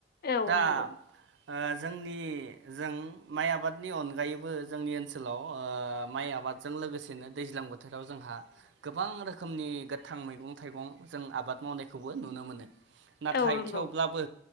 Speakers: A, on the left; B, on the right.
A: औ
B: दा
A: नोंगौ
B: ओ जोंनि जों माइ आबादनि अनगायैबो जोंनि ओनसोलाव ओ माइ आबाद आबादजों लोगोसेनो दैज्लां बोथोराव जोंहा गोबां रोखोमनि गोथां मैगं थाइगं जों आबाद आबाद मावनायखौबो नुनो मोनो नाथाय
A: औ नंगौ
B: थेवब्लाबो